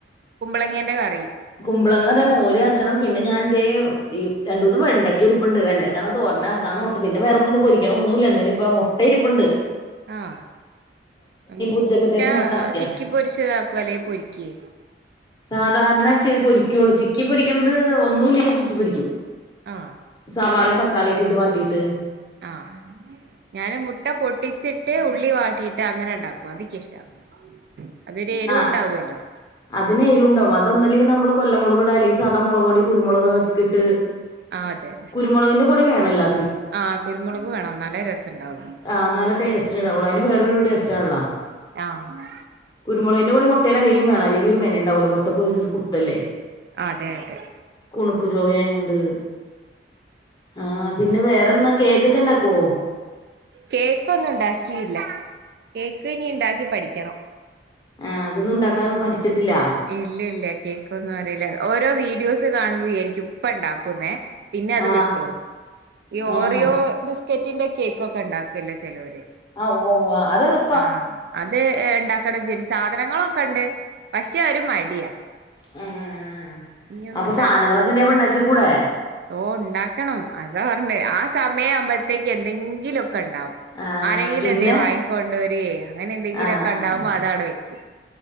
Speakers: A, on the right (about 55°); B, on the left (about 20°).
A: കുമ്പളങ്ങേന്റെ കറി
B: കുമ്പളങ്ങതേ മോര് കാച്ചണം പിന്നെ ഞാൻ ഇതേ ഈ രണ്ടുമൂന്ന് വെണ്ടക്ക ഇരിപ്പുണ്ട് വെണ്ടക്കന്നാ തോരനാക്കാന്നോ ർത്തു പിന്നെ വെറൊന്നിനും പൊരിക്കാനൊന്നുല്ല ഇനിപ്പ മു ട്ട ഇര്പ്പുണ്ട്
A: ആഹ്, മു
B: ഉച്ചക്കത്തേക്ക്
A: മുട്ട
B: അത്യാവശ്യം
A: ചിക്കി പൊരിച്ചതാക്കെ അല്ലെ പൊരിക്കേ
B: സാധാരണ ചെ പൊരിക്കൊള്ളൂ ചിക്കി പൊരിക്കുന്നത് ഒന്നുല്ലെങ്കി ചിക്കി പൊരിക്കും
A: ആഹ്.
B: സവാളിമ് തക്കാളിയൊക്കെ ഇട്ട് വാട്ടിട്ട്
A: ആഹ് ഞാന് മുട്ട പൊ ട്ടിച്ചിട്ട് ഉള്ളി വാട്ടിട്ട് അങ്ങനെ ഇണ്ടാക്കും അതിക്കിഷ്ട്ടാ, അതൊര് എരു
B: ആഹ്
A: ഉണ്ടാവല്ലോ
B: അതിന് എരു ഇണ്ടാവും. അതൊന്നലി നമ്മള് കൊല്ലം മൊളക് ഇടാ അല്ലെങ്കി സാധാ മൊളക്പൊടി കുരുമുളക് അതൊക്കെ ഇട്ട്
A: ആ അതെ
B: കുരുമൊളകിന്റെ പൊടി വേണല്ലാ
A: ആഹ് കുരുമൊളക് വേണം എന്നാലേ രസണ്ടാവൊള്ളു
B: ആഹ് നല്ല ടേസ്റ്റ് ഇണ്ടാവൊള്ളൂ അയ്ന് വേറൊരു ട്ടേസ്റ്റാണള്ളാ
A: ആഹ്.
B: കുരുമൊളകിന്റെ പൊടി മൊട്ടേല് അലിലും വേണം അല്ലെങ്കി ഒരു മെന ഉണ്ടാവൂല മൊട്ടക്ക് ഒരു സൈസ് കുത്തല്ലേ
A: ആഹ് അതെ അതെ.
B: കുണുക്ക് ചൊവ്വായിതു കൊണ്ട് ആഹ് പിന്നെ വേറെന്നാ കേക്കൊക്കെ ഇണ്ടാക്കോ?
A: കേക്കൊന്നും ഇണ്ടാക്കില്ല, കേക്ക് ഇനി ഇണ്ടാക്കി പഠിക്കണം
B: ആഹ് അതൊന്നും ഇണ്ടാക്കാൻ പഠിച്ചിട്ടില്ല
A: ഇല്ല ഇല്ല കേക്കൊന്നും അറീല ഓരോ വീഡിയോസ് കാണുമ്പോ വിചാരിക്കും ഇപ്പ ഇണ്ടാക്കുന്നേ പിന്നെ അത്
B: ആഹ്
A: വിട്ടു, ഈ
B: ആഹ്
A: ഓറിയോ ബിസ്ക്കറ്റിന്റെ കേക്കൊക്കെ ഇണ്ടാക്കല്ലോ ചെലോര്
B: ആഹ് ഉവ്വ ഉവ്വ അതെള്
A: ആഹ് അത് ഇണ്ടാക്കണങ്കിൽ സാധനങ്ങളൊക്കെ ഇണ്ട് പക്ഷെ ഒര് മടിയാ
B: ഹ്മ്മ്,
A: ഇനി ഒന്നും
B: അപ്പൊ സാധനങ്ങളൊക്കെ ഇണ്ടെങ്കി അപ്പം ഇണ്ടാക്കി കൂടെ
A: ഓഹ് ഇണ്ടാക്കണം അതാ പറ്ഞ്ഞേ ആ സമയാവുമ്പഴ്ത്തേക്ക് എന്തെങ്കിലൊക്കെ ഇണ്ടാവും
B: ആഹ്
A: ആരെങ്കിലും
B: പിന്നെ
A: എന്തേ വാങ്ങി കൊണ്ടോരേ അങ്ങനെ എന്തെങ്കിലൊക്കെ
B: ആഹ്
A: ഇണ്ടാവുമ്പോ അതവിടെ വെക്കും